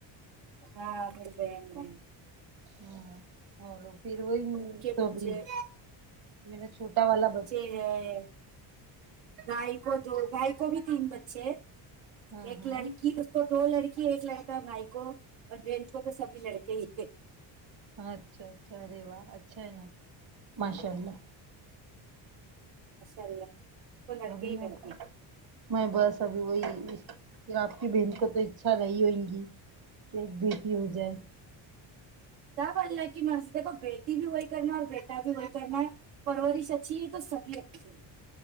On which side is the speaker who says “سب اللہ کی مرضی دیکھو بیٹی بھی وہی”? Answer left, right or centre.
Right